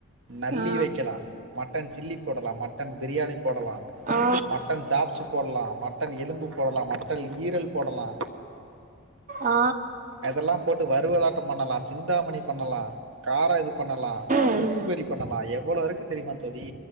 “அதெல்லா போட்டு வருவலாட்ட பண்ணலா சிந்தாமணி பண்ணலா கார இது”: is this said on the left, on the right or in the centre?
Right